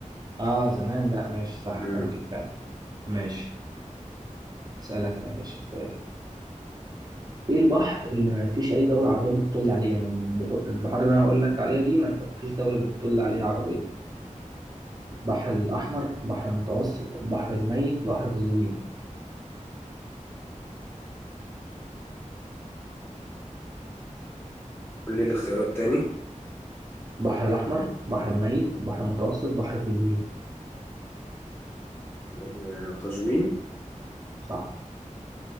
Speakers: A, on the right (about 30°); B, on the left (about 15°).
A: اه زمان بقى ماشي صح
B: مم.
A: ممكن فعلا ماشي اسألك انا يا باشا سؤال ايه البحر اللي ما فيش اي دوله عربيه بتطل عليه يعني البحو- البحار اللي انا هقول لك عليها دي ما فيش دوله بتطل عليها عربيه البحر الاحمر بحر المتوسط بحر الميت بحر قزوين
B: قول لي الاختيارات تاني
A: البحر الاحمر بحر الميت بحر المتوسط بحر قزوين
B: آه، قزوين
A: صح